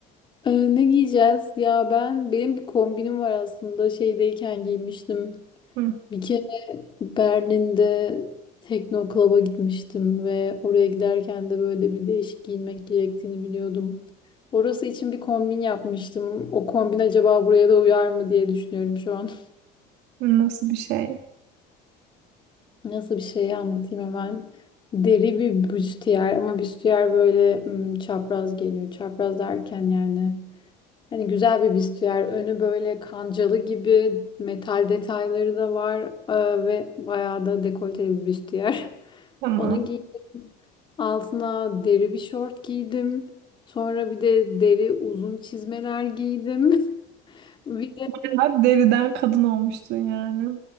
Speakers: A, on the left; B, on the right.
A: Ee, ne giyeceğiz? Ya ben benim bir kombinim var aslında. Şeydeyken giymiştim.
B: Hı,
A: Bir kere Berlin'de Tekno Club'a gitmiştim ve oraya giderken de böyle bir değişik giyinmek gerektiğini biliyordum. Orası için bir kombin yapmıştım. O kombin acaba buraya da uyar mı diye düşünüyorum şu an.
B: nasıl bir şey?
A: Nasıl bir şey anlatayım hemen. Deri bir büstiyer ama büstiyer böyle hmm, çapraz geliyor. Çapraz derken yani hani güzel bir büstiyer. Önü böyle kancalı gibi metal detayları da var e, ve bayağı da dekolteli bir büstiyer. <laughs>
B: Tamam.
A: Onu giydim. Altına deri bir şort giydim. Sonra bir de deri uzun çizmeler giydim. <laughs> Bir de
B: Bayağı deriden kadın olmuştun yani.